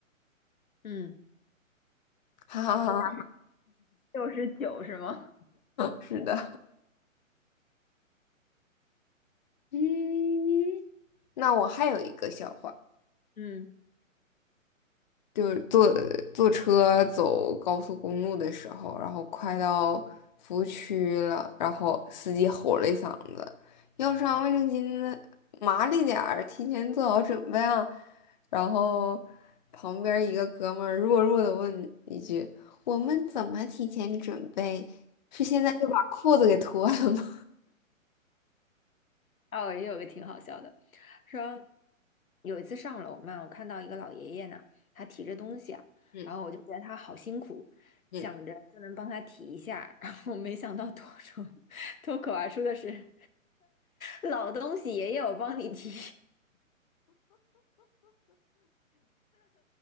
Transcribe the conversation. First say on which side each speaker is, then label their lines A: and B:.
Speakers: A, on the left; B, on the left.
A: 嗯
B: 哈哈哈哈，
A: 你应该六十九是吗？
B: 是的。嗯，那我还有一个笑话。
A: 嗯。
B: 就是坐坐车走高速公路的时候，然后快到服务区了，然后司机吼了一嗓子：“要上卫生巾的麻利点儿，提前做好准备啊！”然后旁边一个哥们儿弱弱的问一句：“我们怎么提前准备？是现在就把裤子给脱了吗？”
A: 哦，也有个挺好笑的，说有一次上楼嘛，我看到一个老爷爷呢，他提着东西啊，
B: 嗯
A: 然后我就觉得他好辛苦，
B: 嗯
A: 想着就能帮他提一下，然后没想到脱手脱口而出的是 <laughs> 老东西，爷爷我帮你提。